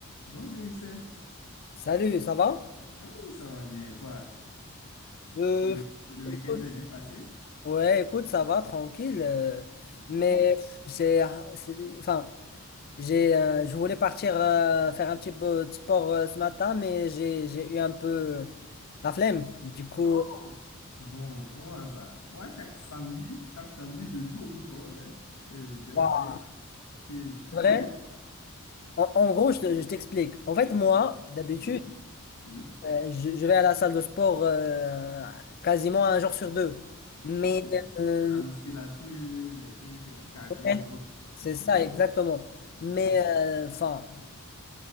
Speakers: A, on the left; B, on the left.
A: Bonjour Youssef.
B: Salut, ça va?
A: Ah Oui, ça va bien. Et toi?
B: Euh,
A: Le week- le
B: écoute,
A: week-end s'est bien passé?
B: ouais, écoute, ça va, tranquille. euh, mais
A: Ah.
B: j'ai, c'est- enfin, j'ai, euh, je voulais partir euh, faire un petit peu de sport euh, ce matin, mais j'ai, j'ai eu un peu la flemme. Du coup,
A: Oh! Bon, comment ça? Moi, chaque samedi, chaque samedi, je joue au football, hein, et j'aime
B: Wow.
A: bien ça. Tu, tu
B: c'est
A: connais?
B: vrai. En, en gros, je, te- je t'explique. En fait, moi, d'habitude,
A: Oui, oui.
B: euh, je, je vais à la salle de sport euh, quasiment un jour sur deux. Mais
A: Oh!
B: euh,
A: Pour la musculature, les trucs euh, cardio
B: ouais,
A: et autres.
B: c'est
A: Mhm,
B: ça, exactement. Mais
A: mhm,
B: euh, enfin.